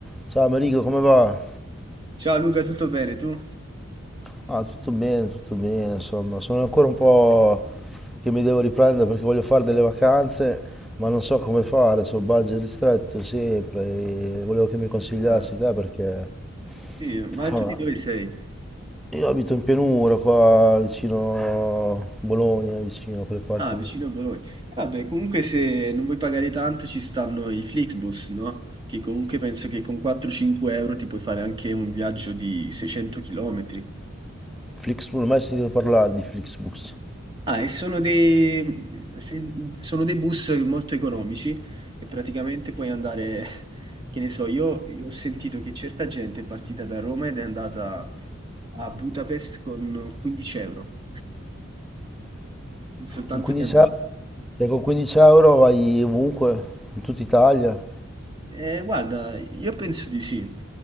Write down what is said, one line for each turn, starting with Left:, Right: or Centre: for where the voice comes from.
Centre: Ciao Marico, come va?
Right: Ciao Luca, tutto bene tu?
Centre: Ah, tutto bene, tutto bene, insomma, sono ancora un po' che mi devo riprendere perché voglio fare delle vacanze, ma non so come fare, so budget ristretto sempre e volevo che mi consigliassi
Right: Ah,
Centre: te perché,
Right: Sì, ma
Centre: insomma,
Right: tu di dove sei?
Centre: io abito in pianura qua vicino Bologna, vicino a quelle parti
Right: Ah, vicino
Centre: di
Right: a Bologna. Eh, Vabbè, comunque se non vuoi pagare tanto ci stanno i Flixbus, no? Che comunque penso che con 4-5 euro ti puoi fare anche un viaggio di 600 km.
Centre: Flixbus, non ho mai sentito parlare di Flixbus.
Right: Ah, e sono dei, se- sono dei bus molto economici e praticamente puoi andare, <laughs> che ne so, io, io ho sentito che certa gente è partita da Roma ed è andata a Budapest con 15 euro, soltanto
Centre: Con 15
Right: di andata.
Centre: euro, cioè con 15 euro vai ovunque, in tutta Italia.
Right: Eh, guarda, io penso di sì.